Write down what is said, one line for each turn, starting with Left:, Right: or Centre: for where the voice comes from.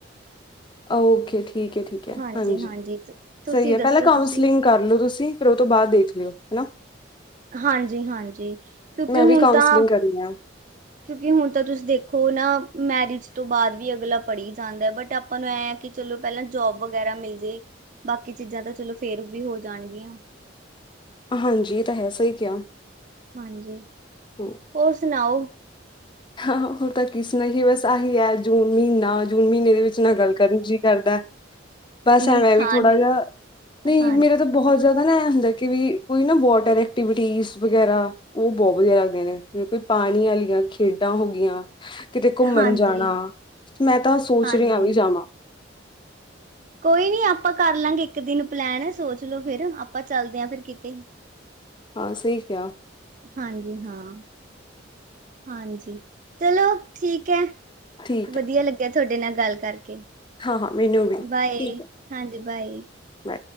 Left: ਓਕੇ ਠੀਕ ਠੀਕ ਹੈ, ਠੀਕ ਹੈ
Right: ਹਾਂਜੀ-ਹਾਂਜੀ
Left: ਹਾਂਜੀ
Right: ਤੁਸੀਂ
Left: ਸਹੀ ਹੈ,
Right: ਦੱਸੋ
Left: ਪਹਿਲਾਂ ਕਾਊਂਸਲਿੰਗ
Right: ਤੁਸੀਂ
Left: ਕਰ ਲਓ ਤੁਸੀਂ ਫਿਰ ਉਹ ਤੋਂ ਬਾਅਦ ਦੇਖ ਲਿਓ ਹੈ ਨਾ।
Right: ਹਾਂਜੀ, ਹਾਂਜੀ ਕਿਉਂਕਿ
Left: ਮੈਂ
Right: ਹੁਣ
Left: ਵੀ ਕਾਉਂਸਲਿੰਗ
Right: ਤਾਂ
Left: ਕਰਨੀ ਆ
Right: ਕਿਉਂਕਿ ਹੁਣ ਤਾਂ ਤੁਸੀਂ ਦੇਖੋ ਨਾ ਮੈਰਿਜ ਤੋਂ ਬਾਅਦ ਵੀ ਅਗਲਾ ਪੜ੍ਹੀ ਜਾਂਦਾ ਹੈ ਬਟ ਆਪਾਂ ਨੂੰ ਐ ਹੈ ਕਿ ਚਲੋ ਪਹਿਲਾਂ ਜੋਬ ਵਗੈਰਾ ਮਿਲ ਜੇ ਬਾਕੀ ਚੀਜ਼ਾਂ ਤਾਂ ਚਲੋ ਫੇਰ ਵੀ ਹੋ ਜਾਣਗੀਆਂ।
Left: ਹਾਂਜੀ ਇਹ ਤਾਂ ਹੈ ਸਹੀ ਕਿਹਾ
Right: ਹਾਂਜੀ,
Left: ਹਮ,
Right: ਹੋਰ ਸੁਣਾਓ।
Left: ਹਾਂ ਹੁਣ ਤਾਂ ਕਿ ਸੂਨਾਈਯੇ ਹੀ ਬਸ ਆਹੀ ਹੈ ਜੂਨ ਮਹੀਨਾ ਜੂਨ ਮਹੀਨੇ ਦੇ ਵਿੱਚ ਨਾ ਗੱਲ ਕਰਨ ਜੀ ਕਰਦਾ ਬਸ
Right: ਨੀ
Left: ਐਵੇਂ
Right: ਖਾਣ
Left: ਵੀ ਥੋੜਾ
Right: ਨੂੰ
Left: ਜਿਹਾ, ਨਹੀਂ
Right: ਹਾਂ
Left: ਮੇਰਾ ਤਾਂ ਬਹੁਤ ਜ਼ਿਆਦਾ ਨਾ ਇਹ ਹੁੰਦਾ ਕਿ ਵੀ ਕੋਈ ਨਾ ਵਾਟਰ ਐਕਟੀਵਿਟੀ ਵਗੈਰਾ ਉਹ ਬਹੁਤ ਵਧੀਆ ਲੱਗਦੀਆਂ ਨੇ ਜਿਵੇਂ ਕੋਈ ਪਾਣੀ ਵਾਲੀਆਂ ਖੇਡ ਹੋ ਗਿਆਂ। ਕਿਤੇ ਘੁੰਮਣ
Right: ਹਾਂਜੀ
Left: ਜਾਣਾ ਮੈਂ ਤਾਂ ਸੋਚ
Right: ਹਾਂਜੀ
Left: ਰਹੀਹਾ ਵੀ ਜਾਵਾਂ
Right: ਕੋਈ ਨੀ ਆਪਾਂ ਕਰ ਲਵਗੇ ਇੱਕ ਦਿਨ ਪਲੈਨ ਸੋਚ ਲੋ ਫਿਰ ਆਪਾਂ ਚੱਲਦੇ ਹਾਂ ਫਿਰ ਕਿਤੇ
Left: ਹਾਂ ਸਹੀ ਕਿਹਾਿਆ
Right: ਹਾਂਜੀ ਹਾਂ ਹਾਂਜੀ ਚਲੋ ਠੀਕ ਠੀਕ ਹੈ।
Left: ਠੀਕ
Right: ਵਧੀਆ
Left: ਹੈ
Right: ਲੱਗਿਆ ਤੁਹਾਡੇ ਨਾਲ ਗੱਲ ਕਰਕੇ
Left: ਹਾਂ ਹਾਂ ਮੈਨੂੰ ਵੀ
Right: ਬਾਏ
Left: ਠੀਕ ਹੈ
Right: ਹਾਂਜੀ ਬਾਏ।
Left: ਬਾਏ